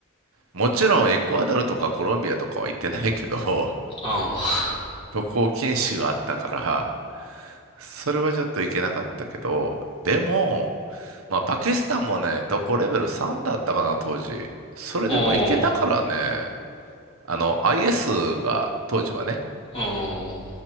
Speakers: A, on the right; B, on the left.
A: もちろん、エクアドルとかコロンビアとかは行ってないけど、<laughs>
B: あ、ああ、
A: 渡航禁止があったから、それはちょっといけなかったけど、でも、まあ、パキスタンもね、どこレベル3だったかな、当時。それでもいけたからね、
B: <laughs> おお、
A: あの、IS が当時はね、
B: おお、